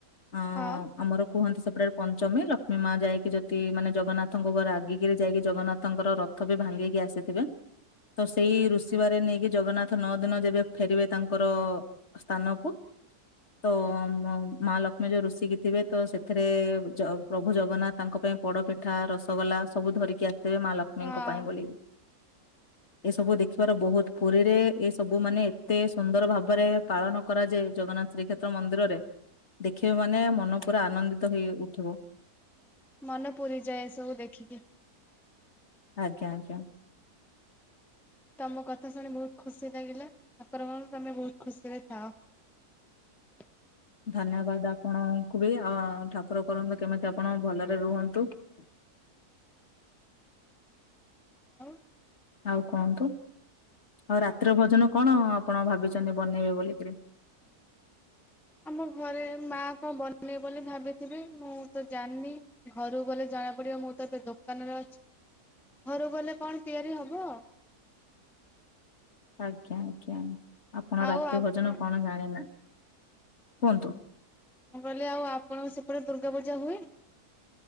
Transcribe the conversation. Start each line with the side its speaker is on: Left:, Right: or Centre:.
Left: ଅ
Centre: ହଁ
Left: ଆମର କୁହନ୍ତି ସେପଟେ ପଞ୍ଚମୀ ଲକ୍ଷ୍ମୀ ମା ଯାଇକି ଯଦି ମାନେ ଜଗନ୍ନାଥଙ୍କ ଉପରେ ରାଗିକି ଯାଇକି ଜଗନ୍ନାଥଙ୍କର ରଥ ବି ଭାଙ୍ଗିକି ଆସିଥିବେ। ତ ସେଇ ଋଷିବାରେ ନେଇକି ଜଗନ୍ନାଥ ନଅ ଦିନ ଯେବେ ଫେରିବେ ତାଙ୍କର ସ୍ଥାନକୁ ତ ମା ଲକ୍ଷ୍ମୀ ଯୋଉ ରୁଷିକି ଥିବେ ତ ସେଥିରେ ଜ ପ୍ରଭୁ ଜଗନ୍ନାଥ ତାଙ୍କ ପାଇଁ ପୋଡ଼ ପିଠା, ରସଗୋଲା ସବୁ ଧରିକି ଆ ସିବେ ମା ଲକ୍ଷ୍ମୀଙ୍କ
Centre: ହଁ
Left: ପାଇଁ ବୋଲି କିରି ଏ ସବୁ ଦେଖିବାର ବହୁତ ପୁରୀରେ ଏ ସବୁ ମାନେ ଏତେ ସୁନ୍ଦର ଭାବରେ ପାଳନ କରାଯାଏ ଜ ଜଗନ୍ନାଥ ଶ୍ରୀକ୍ଷେତ୍ର ମନ୍ଦିରରେ ଦେଖିବେ ମାନେ ମନ ପୁରା ଆନନ୍ଦିତ ହେଇ ଉଠିବ।
Centre: ମନ ପୁରିଯାଏ ସବୁ ଦେଖିକି।
Left: ଆଜ୍ଞା ଆଜ୍ଞା।
Centre: ତମ କଥା ଶୁଣି ବହୁତ ଖୁସି ଲାଗିଲା ଆପରବରରୁ ତମେ ବହୁତ ଖୁସି ରେ ଥାଅ। <inaudible>
Left: ଧନ୍ୟବାଦ୍ ଆପଣଙ୍କୁ ବି ଆ ଠାକୁର କରନ୍ତୁ କେମିତି ଆପଣ ଭଲରେ ରୁହନ୍ତୁ ।
Centre: ଅ ।
Left: ଆଉ କୁହନ୍ତୁ? ଆଉ ରାତ୍ର ଭୋଜନ କଣ ଆପଣ ଭାବିଚ଼ନ୍ତି ବନେଇବେ ବୋଲିକିରି?
Centre: ଆମ ଘରେ ମା କଁ ବନେଇବ ବୋଲି ଭାବିଥିବି ମୁଁ ତ ଜାଣିନି ଘରୁକୁ ଗଲେ ଜଣା ପଡିବ ମୁଁ ତ ଏବେ ଦୋକାନରେ ଅଛି । ଘରୁ ଗଲେ କଣ ତିଆରି ହବ?
Left: ଆଜ୍ଞା ଆଜ୍ଞା ଆପଣ
Centre: ଆଉ
Left: ରାତ୍ରି
Centre: ଆପଣ
Left: ଭୋଜନ କଣ ଜାଣିନା । କୁହନ୍ତୁ ।
Centre: ମୁଁ କହିଲି ଆଉ ଆପଣଙ୍କ ସେପଟେ ଦୁର୍ଗା ପୂଜା ହୁଏ?